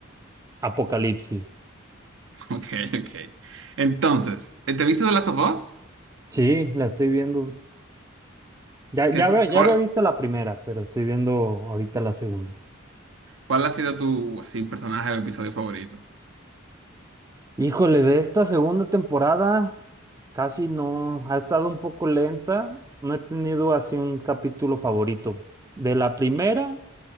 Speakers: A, on the right; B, on the right.
A: Apocalipsis.
B: <laughs> Ok, ok. Entonces, eh, ¿te viste The Last of Us?
A: Sí, la estoy viendo. Ya,
B: ¿Qué
A: ya,
B: es
A: había-
B: tu-
A: ya
B: cuál,
A: había visto la primera, pero estoy viendo ahorita la segunda.
B: cuál ha sido tu así, personaje o episodio favorito?
A: Híjole, de esta segunda temporada casi no, ha estado un poco lenta, no he tenido así un capítulo favorito. De la primera,